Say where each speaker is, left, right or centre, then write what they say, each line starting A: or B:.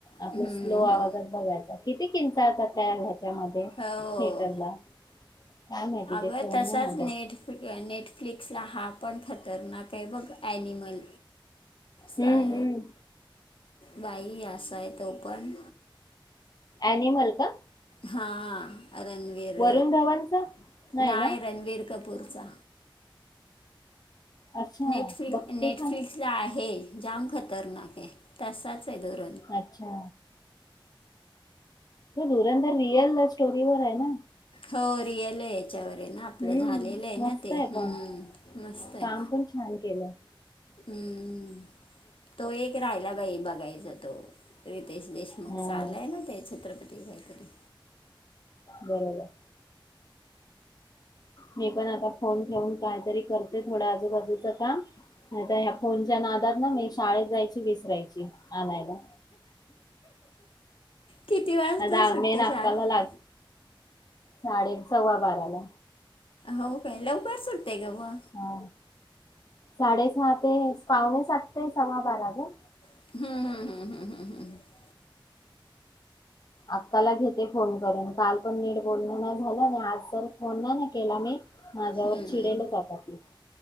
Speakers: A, on the left; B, on the left.
A: आपल्या
B: हम्म, हम्म,
A: स्लो आवाजात
B: हम्म.
A: बघायचा किती किंचा आता तयारय त्या
B: हो
A: थिएटरला काय माहिती
B: अगं
A: ते सन
B: तसाच
A: होॉटल
B: नेट नेटफ्लिक्सला हा पण खतरनाक आहे बघ ॲनिमल साय
A: हम्म हम्म.
B: बाई असा आहे तो पण
A: अनिमल का
B: हा रणवीर
A: वरुण धवनचा नाही
B: नाय
A: ना.
B: रणवीर कपूरचा
A: अच्छा
B: नेटफ्लिक
A: बघते
B: नेटफ्लिक्सला
A: का?
B: आहे जाम खतरनाक आहे तसाच आहे दोर
A: अच्छा त धुरधर रिअल लव स्टोरीवर आहे ना
B: हो रियल याच्यावर आहे ना आपलं
A: हम्म
B: झालेलं आहे
A: मस्त
B: ना ते हम्म
A: पण
B: मस्त आहे
A: काम पण छान केलं
B: हम्म तो एक राहिला बाई बघायचा तो रितेश देशमुख
A: हां
B: मग चालं आहे ना ते छत्रपती काहीतरी
A: बरोबर मी पण आता फोन ठेवून कायतरी करते थोड्या आजूबाजूच कामता ह्या फोनच्या ना ना मी शाळेत जायची विसरायची आणायला
B: किती वाजता
A: आताहा
B: सुटते
A: मे नाकाला
B: शाळा
A: लाग साडे सव्वा बाराला
B: हो पहिला उभार सुटतय ग बा
A: हा साडे सहा ते पावणे सात ते सव्वा बारा ग
B: हम् हम हम् हम हम हम हम
A: अक्काला घेत ते फोन करून काल पण नीट बोलण नाही झालं आज फोन नाही ना केला मी माझ्यावर
B: हम्म.
A: चिडेलच आात ती